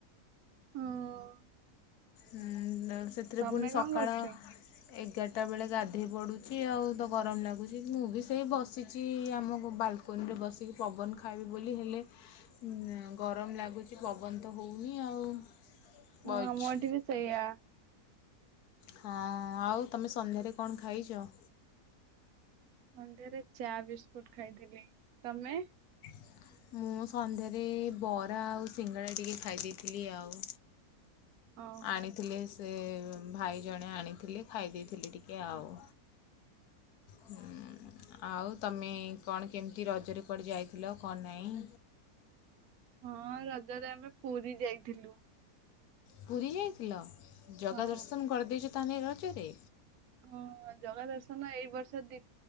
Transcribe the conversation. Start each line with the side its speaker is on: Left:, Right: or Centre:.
Right: ହଁ।
Left: ହୁଁ ସେଥିରେ
Right: ତମେ
Left: ପୁଣି ସକାଳ
Right: କଣ କରୁଛ?
Left: ଏଗାରଟା ବେଳେ ଗାଧୋଇ ପଡ଼ୁଚି। ଆଉ ତ ଗରମ ଲାଗୁଚି ମୁଁ ବି ସେଇ ବସିଚି ଆମ ବାଲକୋନିରେ ବସିକି ପବନ ଖାଇବି ବୋଲି ହେଲେ ଉଁ ଗରମ ଲାଗୁଚି ପବନ ତ ହଉନି ଆଉ। ବଇଛି
Right: ହଁ ମୋଠି ବି ସେଇଆ।
Left: ହଁ ଆଉ ତମେ ସନ୍ଧ୍ୟାରେ କଣ ଖାଇଚ?
Right: ସନ୍ଧ୍ୟାରେ ଚା ବିସ୍କୁଟ ଖାଇଥିଲି। ତମେ?
Left: <inaudible> ମୁଁ ସନ୍ଧ୍ୟାରେ ବରା ଆଉ ସିଙ୍ଗଡ଼ା ଟିକେ ଖାଇ ଦେଇଥିଲି ଆଉ।
Right: ଓହୋ
Left: ଆଣିଥିଲେ। ଏ ଭାଇ ଜଣେ ଆଣିଥିଲେ। ଖାଇ ଦେଇେଇଥିଲି ଟିକେ ଆଉ। ହୁଁ। ଆଉ ତମେ କଣ କେମିତି ରଜରେ କୁଆଡ଼େ ଯାଇଥିଲ କଣ ନାହିଁ?
Right: ହଁ ରଜରେ ଆମେ ପୁରୀ ଯାଇଥିଲୁ।
Left: ପୁରୀ ଯାଇଥିଲ? ଜଗା
Right: ହଁ
Left: ଦର୍ଶନ କରିଦେଇଚ ତାହେଲେ ରଜରେ?
Right: ହଁ ଜଗା ଦର୍ଶନ ଏଇ ବର୍ଷ ଦି